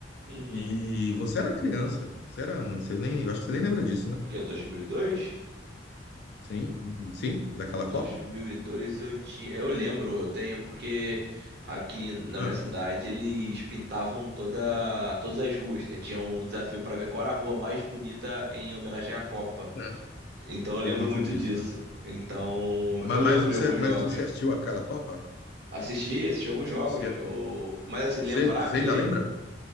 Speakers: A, on the right (about 60°); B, on the left (about 60°).
A: Uhum.
B: E você era criança, você era, não sei nem, eu acho que você nem lembra disso, né?
A: O que, 2002?
B: Sim, sim, daquela
A: 2002
B: Copa?
A: eu tinha, eu lembro, eu tenho porque aqui na
B: Ah,
A: minha cidade eles pintavam toda todas as ruas. Eh, Tinha um desafio para ver qual era a rua mais bonita em homenagem à Copa.
B: É.
A: Então eu lembro
B: tem muito
A: muito
B: disso,
A: disso.
B: né?
A: Então
B: Mas,
A: eu
B: mas
A: lembro
B: você,
A: de alguns
B: mas
A: jogos.
B: você assistiu aquela Copa?
A: Assisti, assisti alguns jogos.
B: Você,
A: Eu, mas assim, lembrar
B: você você
A: mesmo,
B: ainda lembra?